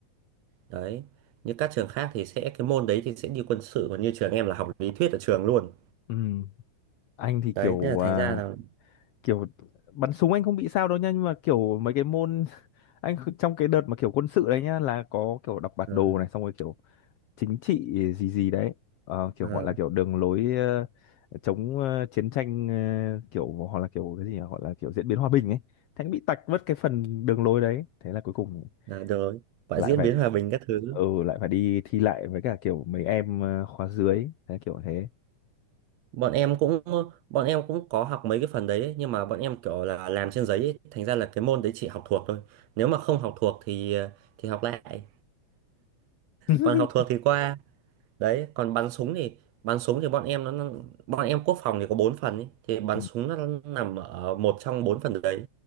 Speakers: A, on the right; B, on the left.
A: Đấy, như các trường khác thì sẽ cái môn đấy thì sẽ đi quân sự, còn như trường em là học lý thuyết ở trường luôn.
B: ừ anh thì
A: Đấy,
B: kiểu
A: nên là thành
B: à,
A: ra là
B: kiểu bắn súng anh không bị sao đâu nha nhưng mà kiểu mấy cái môn <laughs> anh kh- trong cái đợt mà kiểu quân sự đấy nhá là có kiểu đọc bản
A: ờ,
B: đồ này xong rồi kiểu chính trị gì gì đấy Ờ, kiểu
A: ờ,
B: gọi là kiểu đường lối ờ, chống ờ, chiến tranh ờ, kiểu hoặc là kiểu cái gì nhỉ? gọi là kiểu diễn biến hòa bình ấy thế anh bị tạch mất cái phần đường lối đấy thế là cuối cùng
A: ờ, được rồi, phải
B: lại
A: diễn
B: phải
A: biến hòa bình các thứ.
B: ừ lại phải đi thi lại với cả kiểu mấy em ờ, khóa dưới thế kiểu thế
A: Bọn em cũng bọn em cũng có học mấy cái phần đấy ấy, nhưng mà bọn em kiểu là làm trên giấy ấy, thành ra là cái môn đấy chỉ học thuộc thôi. Nếu mà không học thuộc thì ờ, thì học lại.
B: <laughs>
A: còn học thuộc thì qua đấy còn bắn súng thì bắn súng thì bọn em nó bọn em quốc phòng thì có 4 phần ý. thì bắn
B: ừ,
A: súng nó nằm ở một trong 4 phần đấy